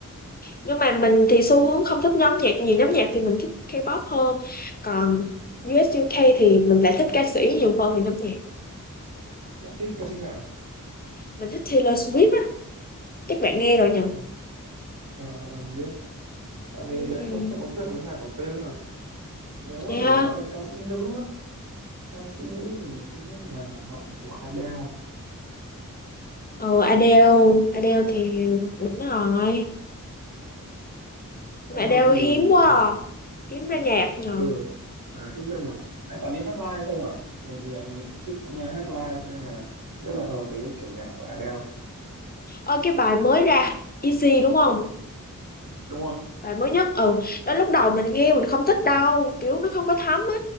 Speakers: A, on the left; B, on the right.
A: nhưng mà mình thì xu hướng không thích nhóm nhạc nhiều nhóm nhạc thì mình thích K-pop hơn còn US UK thì mình lại thích ca sĩ nhiều hơn là nhóm nhạc
B: Bạn thích ca sĩ nào?
A: mình thích Taylor Swift á chắc bạn nghe rồi nhỉ
B: Ờ, ờ, ờ, mình biết. À, mình
A: ừ.
B: thì lại không không ấn tượng với nhà có tên lắm. Nếu
A: yeah.
B: mà để nói về ca sĩ nữ, á, ca sĩ nữ thì mình thích nhất là giọng của Adele.
A: ừ Adele Adele thì đúng rồi mà
B: Adele
A: Adele
B: thì
A: hiếm quá
B: kiểu mình
A: à. hiếm ra nhạc nhờ
B: ừ mà ít ra là lại toàn đi hát live không à mình thì lại mình thích nghe hát live nên là rất là hợp với kiểu nhạc của Adele
A: ơ cái bài mới ra Easy đúng không
B: đúng rồi
A: bài mới nhất ừ đó lúc đầu mình nghe mình không thích đâu kiểu nó không có thấm á